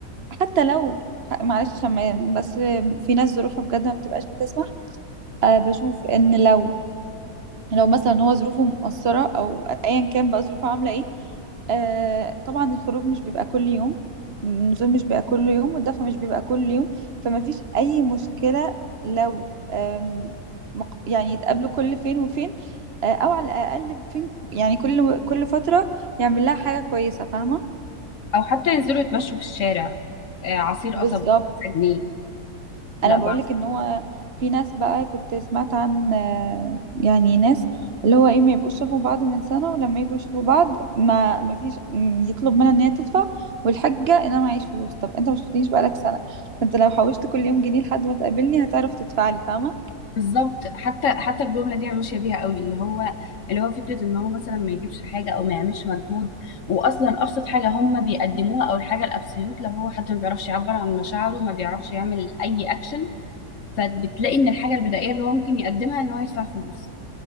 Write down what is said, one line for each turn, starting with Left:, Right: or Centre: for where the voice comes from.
Right: حتى لو معلش عشان ما- بس في ناس ظروفها بجد ما بتبقاش بتسمح أه بشوف إن لو لو مثلا هو ظروفه مقصرة أو أيا كان بقى ظروفه عاملة ايه آه طبعا الخروج مش بيبقى كل يوم النزول مش بيبقى كل يوم والدفع مش بيبقى كل يوم فما فيش أي مشكلة لو آم، مق- يعني يتقابلوا كل فين وفين آه، أو على الأقل فين يعني كل كل فترة يعمل لها حاجة كويسة فاهمة؟
Left: او حتى ينزلوا يتمشوا في الشارع آه، عصير
Right: بالظبط
Left: قصب جنيه لا
Right: انا بقولك
Left: بعصر
Right: ان هو في ناس بقى كنت سمعت عن آه، يعني ناس اللي هو ايه ما يبقوش شافوا بعض من سنة ولما يجوا يشوفوا بعض ما ما فيش م- يطلب منها ان هي تدفع والحجة ان انا معيش فلوس طب انت ما شفتنيش بقالك سنة انت لو حوشت كل يوم جنيه لحد ما تقابلني هتعرف تدفعلي فاهمة
Left: بالظبط حتى حتى الجمله دي انا ماشيه بيها قوي اللي هو اللي هو فكره ان هو مثلا ما يجيبش حاجه او ما يعملش مجهود واصلا ابسط حاجه هم بيقدموها او الحاجه الابسوليوت لو هو حد ما بيعرفش يعبر عن مشاعره ما بيعرفش يعمل اي اكشن فبتلاقي ان الحاجه البدائيه اللي هو ممكن يقدمها ان هو يدفع فلوس